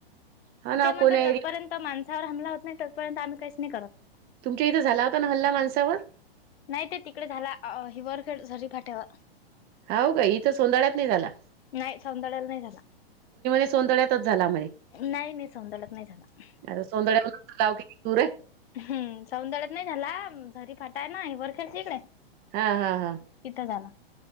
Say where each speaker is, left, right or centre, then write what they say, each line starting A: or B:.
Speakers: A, on the right; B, on the left.
A: हा ना
B: ते म्हणतात
A: कोण्या
B: जतपर्यंत
A: एरिया
B: माणसावर हमला होत नाही तोपर्यंत आम्ही काहीच नाही करत.
A: तुमच्या इथं झाला होता ना हल्ला माणसावर?
B: नाही ते तिकडे झाला अ हिवर खर झरी फाट्यावर.
A: हौ का, इथं सोनंदाळ्यात निघाला.
B: नाही सौंदाळला नाही झाला,
A: सोंदळ्यातच झाला
B: नाही नाही सौंदाळत नाही झाला.
A: अरं सौंदाळ <unintelligible> पासून गाव किती दूर आहे.
B: हम् सौंदाळत नाही झाला, झरी फाटाय ना ह वरखेरची इकडे.
A: हा हा हा.
B: तिथं झाला.